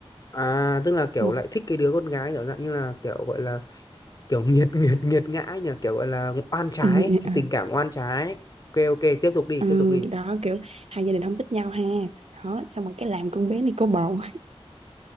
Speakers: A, on the left (about 35°); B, on the right (about 75°).
A: à tức là kiểu
B: mà
A: lại thích cái đứa con gái kiểu dạng như là kiểu gọi là kiểu nghiệt <laughs> nghiệt nghiệt ngã ấy nhỉ kiểu gọi là oan trái
B: <laughs> à,
A: tình cảm oan trái ok ok tiếp tục đi
B: ừ,
A: tiếp tục đi
B: đó kiểu hai gia đình không thích nhau ha đó xong rồi cái làm con bé này có bầu